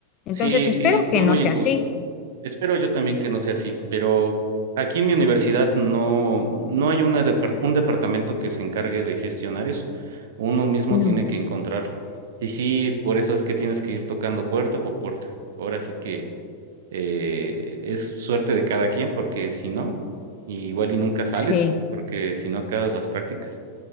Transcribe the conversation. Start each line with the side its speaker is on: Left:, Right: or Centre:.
Left: Entonces,
Right: Sí,
Left: espero
Right: sí,
Left: que
Right: son
Left: no
Right: muy
Left: sea
Right: injustos.
Left: así.
Right: Espero yo también que no sea así, pero aquí en mi universidad no, no hay una depar- un departamento que se encargue de gestionar eso. Uno mismo
Left: No,
Right: tiene que encontrarlo. Y sí, por eso es que tienes que ir tocando puerta por puerta. Ahora sí que eh, es suerte de cada quien, porque si no, igual y nunca sales,
Left: sí,
Right: porque si no acabas las prácticas.